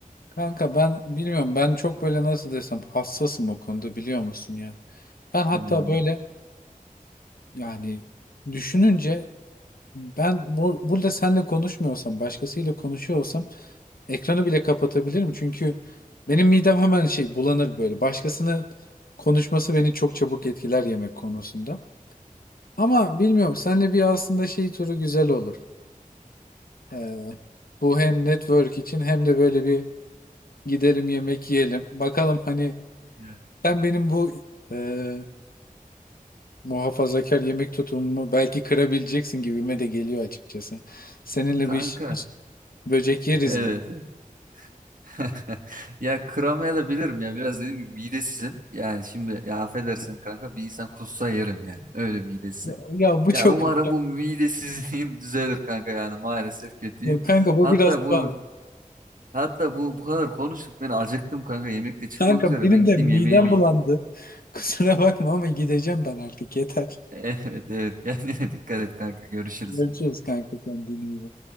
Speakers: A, on the left; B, on the right.
A: Kanka ben bilmiyorum ben çok böyle nasıl desem hassasım o konuda biliyor musun ya. Ben hatta
B: Hmm.
A: böyle yani düşününce ben bu, burada seninle konuşmuyorsam başkasıyla konuşuyor olsam ekranı bile kapatabilirim. Çünkü benim midem hemen şey bulanır böyle. Başkasının konuşması beni çok çabuk etkiler yemek konusunda. Ama bilmiyorum seninle bir aslında şey turu güzel olur. Ee, bu hem network için hem de böyle bir Gidelim yemek yiyelim. Bakalım hani
B: Evet.
A: sen benim bu e, muhafazakar yemek tutumumu belki kırabileceksin gibime de geliyor açıkçası. Seninle
B: Kanka
A: bir iş, iş- böcek
B: <laughs>
A: yeriz
B: evet.
A: gibi.
B: evet. <laughs> Ya kıramaya da bilirim ya biraz dediğim gibi midesizim. Yani şimdi ya affedersin kanka bir insan kussa yerim yani öyle midesizim.
A: Ya, ya bu
B: Ya
A: çok...
B: umarım bu
A: <laughs>
B: midesizliğim <laughs> düzelir kanka yani maalesef kötüyüm.
A: Yok kanka bu
B: Hatta
A: biraz
B: bu
A: pahalı.
B: hatta bu bu kadar konuştuk ben acıktım kanka yemek de çıkmak
A: Kanka
B: üzere
A: benim
B: ben gideyim
A: de midem
B: yemeğimi yiyeyim.
A: bulandı. <laughs> Kusura bakma ama gideceğim ben artık yeter.
B: <laughs> Evet evet kendine dikkat et kanka görüşürüz.
A: Görüşürüz kanka kendine iyi bak.